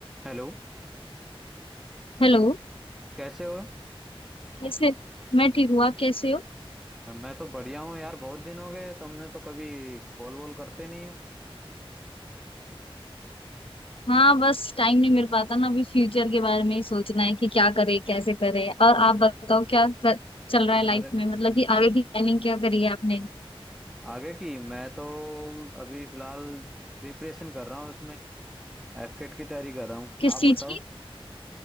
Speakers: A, in the centre; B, on the left.
A: Hello
B: Hello
A: कैसे हो
B: कैसे मैं ठीक हूँ आप कैसे हो
A: मैं तो बढ़िया हूँ यार बहुत दिन हो गए तुमने तो कभी कॉल वॉल करते नहीं हो
B: हाँ बस टाइम नहीं मिल पाता ना अभी फ्यूचर के बारे में ही सोचना है कि क्या करे कैसे करे और आप बताओ क्या कर, चल रहा है लाइफ
A: अरे
B: में मतलब कि आगे की प्लानिंग क्या करी है आपने
A: आगे की मैं तो अभी फिलहाल प्रिपरेशन कर रहा हूँ उसमें एफकेट की तैयारी कर रहा हूँ
B: किस
A: आप
B: चीज
A: बताओ
B: की